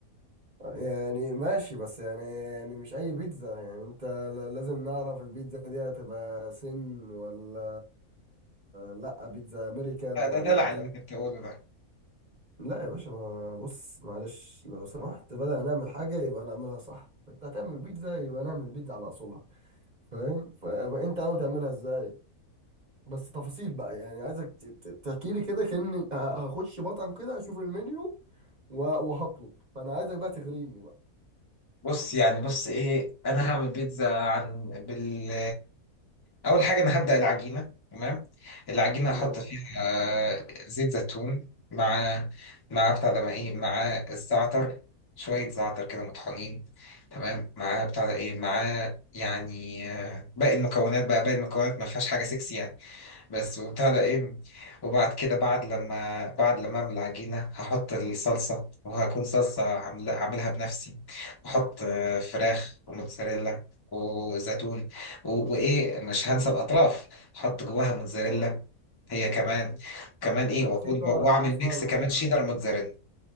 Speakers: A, on the right; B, on the left.
A: يعني ماشي بس يعني يعني مش اي بيتزا يعني انت ل- لازم نعرف البيتزا دي هتبقى سن ولا لا بيتزا امريكان
B: آه،
A: ولا
B: ده دلع اللي انت بتقوله ده
A: لا يا باشا ما بص معلش لو سمحت بدل نعمل حاجة يبقى نعملها صح انت هتعمل بيتزا يبقى نعمل بيتزا على اصولها فاهم فانت ناوي تعملها ازاي بس تفاصيل بقى يعني عايزك ت- ت- تحكي لي كده كأني ه- هخش مطعم كده اشوف المنيو و- وهطلب فانا عايزك بقى تغريني بقى
B: بص يعني بص ايه انا هعمل بيتزا عن بال اول حاجه انا هبدا العجينه تمام العجينه
A: م-
B: هحط اه فيها آه، زيت زيتون مع مع بتاع ده مع ايه مع الزعتر شويه زعتر كده مطحونين تمام مع بتاع ده ايه مع يعني آه، باقي المكونات بقى باقي المكونات ما فيهاش حاجه سكسي يعني بس وبتاع ده ايه وبعد كده بعد لما بعد لما اعمل العجينه هحط الصلصه وهكون صلصه عامل- عاملها بنفسي واحط آه، فراخ وموتزاريلا وزيتون و- وايه مش هنسى الاطراف احط جواها موتزاريلا
A: آه.
B: هي كمان كمان ايه
A: طب
B: واكون
A: في سؤال
B: واعمل
A: في سؤال
B: ميكس
A: معلش
B: كمان شيدر موتزاريلا